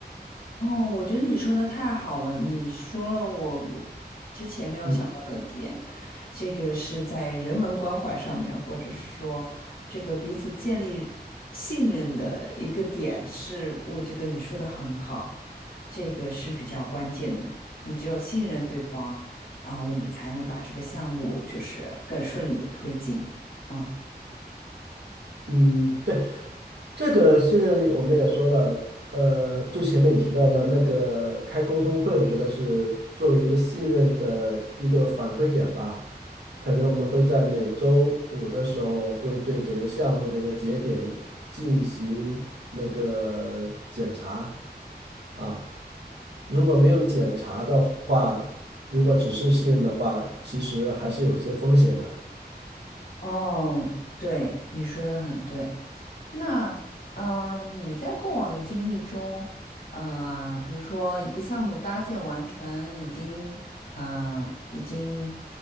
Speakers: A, on the left; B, on the right.
A: 哦，我觉得你说的太好了，你说了我之前没有想到的点，
B: 嗯
A: 这个是在人文关怀上面，或者是说这个彼此建立信任的一个点是，我觉得你说的很好，这个是比较关键的。你只有信任对方啊，我们才能把这个项目就是更顺利的推进。嗯，
B: 嗯，这个现在我们也说了，呃，就前面你提到的那个开沟通会，我觉得是作为一个信任的一个反馈点吧。可能我们会在每周五的时候，会对整个项目的一个节点进行那个检查啊。如果没有检查的话，如果只是信任的话，其实还是有一些风险的。
A: 哦，对，你说的很对。那嗯、呃你在过往的经历中，啊，比如说一个项目搭建完成，已经啊、呃已经